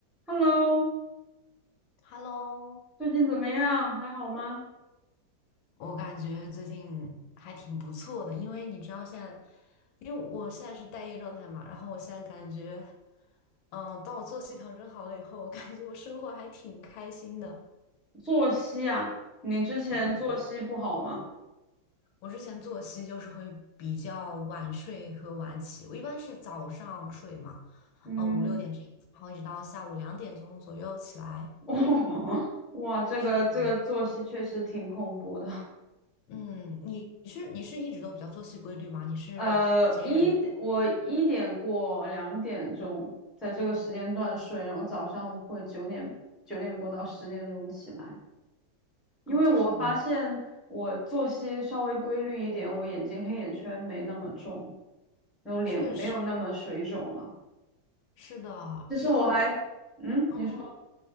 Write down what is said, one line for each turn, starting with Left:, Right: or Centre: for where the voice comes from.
Centre: Hello，
Left: Hello，
Centre: 最近怎么样？还好吗？
Left: 我感觉最近还挺不错的，因为你知道现在，因为我现在是待业状态嘛，然后我现在感觉，嗯，当我作息调整好了以后，我感觉我生活还挺开心的。
Centre: 作息啊，你之前作息不好吗？
Left: 嗯，我之前作息就是会比较晚睡和晚起，我一般是早上睡嘛，
Centre: 嗯，
Left: 呃，五六点这样子然后一直到下午两点钟左右起来。
Centre: <laughs> 哇，这个这个作息确实挺恐怖的。
Left: 是这样。嗯，你你是你是一直都比较作息规律吗？你是节人
Centre: 呃，一我一点过两点钟在这个时间段睡，然后早上会九点九点过到十点钟起来，因为我发现我作息稍微规律一点，
Left: 哦这样的吗？
Centre: 我眼睛黑眼圈没那么重，然后脸没有那么水肿了。
Left: 确实是的。
Centre: 其实我还，
Left: 然后我后，
Centre: 嗯，
Left: 嗯，
Centre: 你说，